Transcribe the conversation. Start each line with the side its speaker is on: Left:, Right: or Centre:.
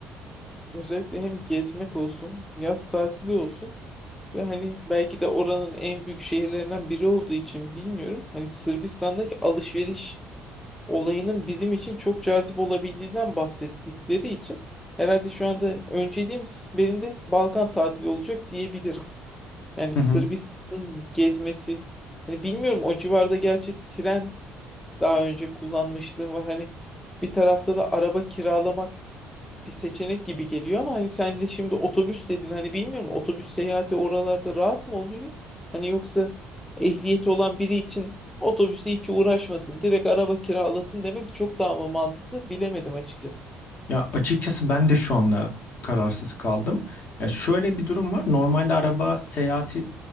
Centre: Özellikle hem gezmek olsun, yaz tatili olsun ve hani belki de oranın en büyük şehirlerinden biri olduğu için bilmiyorum. Hani Sırbistan'daki alışveriş olayının bizim için çok cazip olabildiğinden bahsettikleri için herhalde şu anda önceliğim benim de Balkan tatili olacak diyebilirim. Yani
Left: Hı
Centre: Sırbistan'ın
Left: hı.
Centre: gezmesi, hani bilmiyorum o civarda gerçi tren daha önce kullanmışlığım var. Hani bir tarafta da araba kiralamak bir seçenek gibi geliyor ama hani sen de şimdi otobüs dedin hani bilmiyorum otobüs seyahati oralarda rahat mı oluyor? Hani yoksa ehliyeti olan biri için otobüsle hiç uğraşmasın direkt araba kiralasın demek çok daha mı mantıklı bilemedim açıkçası.
Left: Ya açıkçası ben de şu anda kararsız kaldım. Ya şöyle bir durum var. Normalde araba seyahati